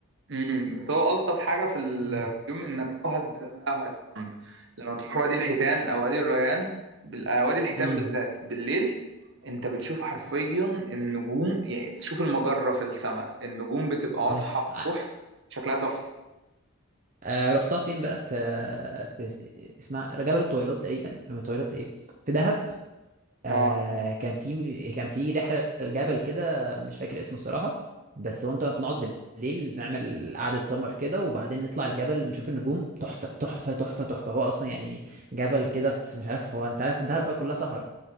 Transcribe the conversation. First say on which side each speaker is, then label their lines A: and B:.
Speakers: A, on the right; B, on the right.
A: امم بس هو الطف حاجه في الفيوم
B: امم
A: انك لو هتبات بقى وهتكامب لما تروح وادي الحيتان او وادي الريان بال- آه، وادي الحيتان
B: امم
A: بالذات بالليل انت بتشوف حرفيا النجوم يعني بتشوف المجره في السماء النجوم بتبقى واضحه
B: أي. ع-
A: وضوح شكلها تحفه
B: آه، رحتها فين بقى في في اسمها جبل الطويلات تقريبا الطويلات ايه في دهب آه
A: اه
B: كان في كان في رحله الجبل كده مش فاكر اسمه الصراحه بس هو انت بنقعد بالليل بنعمل قعده سمر كده وبعدين نطلع الجبل نشوف النجوم تحفه تحفه تحفه تحفه هو اصلا يعني جبل كده في مش عارف هو انت عارف دهب بقى كلها صحراء